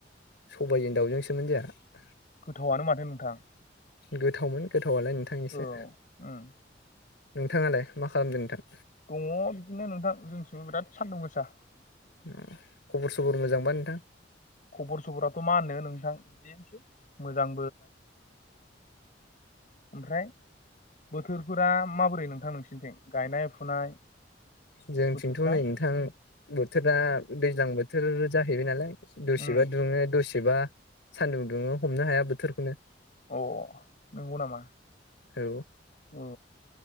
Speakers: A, on the left (about 70°); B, on the left (about 45°).
A: सबायजों दाउजोंसोमोन जोंहा
B: गोथावआनो माथो नोंथां
A: गोथावमोन गोथावआलाय नोंथां एसे
B: औ उम
A: नोंथांआलाय मा खालामदों नोंथां
B: दङो बिदिनो नोंथां जोंनिथिंबो बिराद सान्दुं गोसा
A: उम खबर सबर मोजांबा नोंथां
B: खबर सबराथ' मा होनो नोंथां बिदिनोसै मोजां आमफ्राय बोथोरफोरा माबोरै नोंथां नोंसिरनिथिं गायनाय फुनाय
A: जोंथिंथ'
B: बोथोरफ्रा
A: नै नोंथां बोथोरा दैज्लां बोथोर जाहैबाय नालाय द'सेबा
B: उम
A: दुंओ दसे एबा सानदुं दुंओ हमनो हाया बोथोरखौनो
B: औऔ नंगौ नामा
A: औ
B: औ